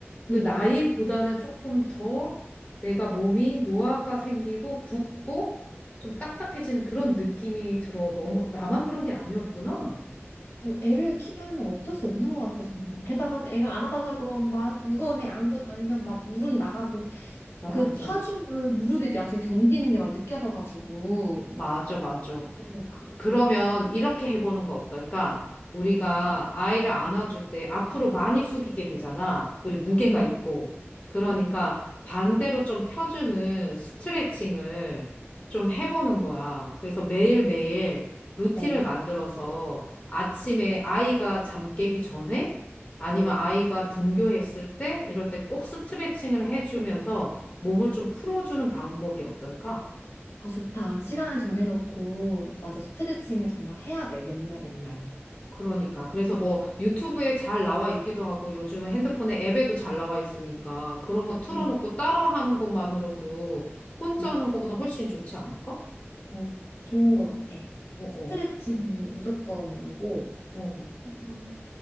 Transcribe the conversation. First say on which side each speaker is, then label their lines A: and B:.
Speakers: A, on the left; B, on the left.
A: 응.
B: 그 나이보다는 조금 더 내가 몸이 노화가 생기고 굳고 좀 딱딱해지는 그런 느낌이 들어. 너무, 나만 그런 게 아니었구나.
A: 어, 애를 키우면 어쩔 수 없는 것 같아 정말. 게다가 애가 안아달라 그러면 막 무거운 애 안고 다니면 막 물은 나가고
B: 맞아.
A: 그 하중을 무릎이 나중에 견디는 게 막 느껴져가지고.
B: 맞아, 맞아.
A: 어,
B: 그, 그러면 이렇게 해보는 거 어떨까? 우리가 아이를 안아줄
A: 음,
B: 때 앞으로 많이 숙이게 되잖아. 그리고 무게가
A: 음,
B: 있고. 그러니까
A: 음.
B: 반대로 좀 펴주는 스트레칭을 좀 해보는 거야. 그래서 매일매일 루틴을
A: 어,
B: 만들어서 아침에 아이가 잠 깨기 전에 아니면
A: 어.
B: 아이가 등교했을 때 이럴 때 꼭 스트레칭을 해주면서 몸을 좀 풀어주는 방법이 어떨까?
A: 아 좋다. 시간을 정해놓고 맞아 스트레칭을 정말 해야 돼 맨날 맨날.
B: 그러니까. 그래서 뭐 유튜브에 잘 나와 있기도 하고 요즘은 핸드폰에 앱에도 잘 나와 있으니까 그런 거 틀어놓고
A: 음,
B: 따라하는 것만으로도 혼자
A: 음,
B: 하는 것보다 훨씬 좋지 않을까?
A: 어, 좋은 것 같아.
B: 어, 어,
A: 스트레칭 무조건이고
B: 어.
A: 어,